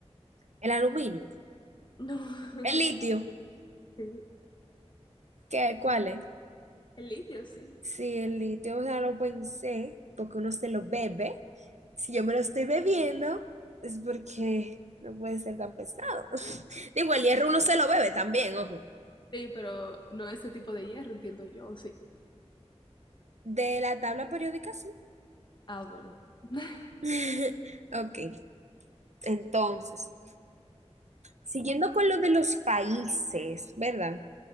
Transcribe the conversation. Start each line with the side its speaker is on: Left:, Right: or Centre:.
Right: El aluminio.
Left: No. <laughs>
Right: El litio.
Left: El,
Right: ¿Qué? ¿Cuál es?
Left: el litio, sí.
Right: Sí, el litio, o sea, lo pensé porque uno se lo bebe. Si yo me lo estoy bebiendo, es porque no puede ser tan pesado. <laughs> Digo, el hierro uno se lo bebe también, ojo.
Left: Sí, pero no ese tipo de hierro, entiendo yo, sí.
Right: De la tabla periódica, sí.
Left: Ah, bueno. <laughs>
Right: <laughs> Ok, entonces, siguiendo con lo de los países, ¿verdad?